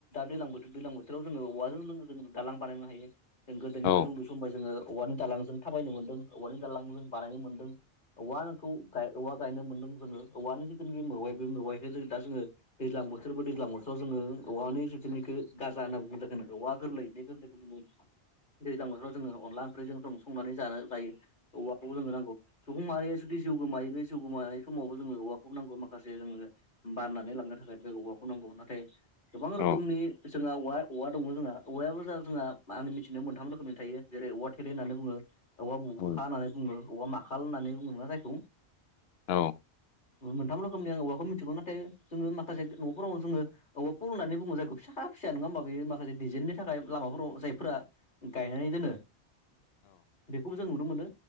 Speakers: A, on the left (about 45°); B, on the left (about 65°).
A: दैलां बोथोर दैलां बोथोराव जोङो औवाजों लोगो जो दालां बानायनो हायो जों गोदोनिफ्रायनो
B: औ
A: उन्दै समनिफाय जोङो औवानि दालांजों थाबायनो मोन्दों औवानि दालां जों बानायनो मोनदों औवा नोंखौ औवा गायनो मोनदों जोङो औवानि जिथुनाखि मेवाय बे मवायख जों दा जोङो दैज्लां बो बिसोरबो दैज्लां बोथोराव जोङो औवानि जिथुनिखौ गाजा होनना बुङो औवा गोरलै बे गोरलैखौनो जोङो दैज्लां बोथोराव जोङो अनदला ओंख्रिजों संनानै जा जानो जायो औवाखौबो जोंनो नांगौ सुबुं माहारिया जुदि जिउ गोमायो बे जिउ गोमानाय समावबो जोङो औवाखौबो नांगौ माखासे जोङो जे बाननानै लांनो थाखाय बे औवाखौ नांगौ नाथाय गोबां
B: औ
A: रोखोमनि जोंहा औवा औवा दङ जोंहा औवायाबो जा जोंहा आं मिथिनायाव मोनथाम रोखोमनि थायो जेरै औवा थेरे होननानै बुङो औवा बुखा
B: औ
A: होननानै बुङो औवा माखाल होननानै बुङो ना जायखौ
B: औ
A: मोनथाम रोखोमनि आं औवाखौ मिथिगौ नाथाय जोङो माखासे न'फोराव जोङो औवा फल होन बुङो जायखौ फिसा फिसा नङा होमबा बे माखासे डिजाइननि थाखाय लामाफोराव जायफोरा गायनानै दोनो बेखौबो उम जों नुनो मोनो